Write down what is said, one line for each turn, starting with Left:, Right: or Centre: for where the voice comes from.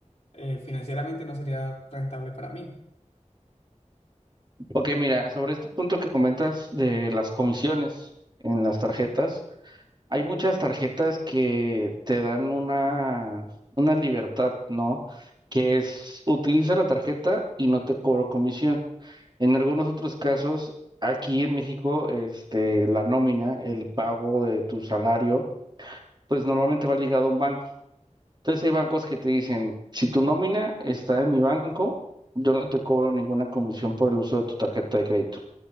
Left: eh, financieramente no sería rentable para mí.
Right: Ok, mira, sobre este punto que comentas de las comisiones en las tarjetas. Hay muchas tarjetas que te dan una, una libertad, ¿no? Que es, utiliza la tarjeta y no te cobro comisión. En algunos otros casos, aquí en México, este, la nómina, el pago de tu salario, pues normalmente va ligado a un banco. Entonces hay bancos que te dicen, si tu nómina está en mi banco, yo no te cobro ninguna comisión por el uso de tu tarjeta de crédito.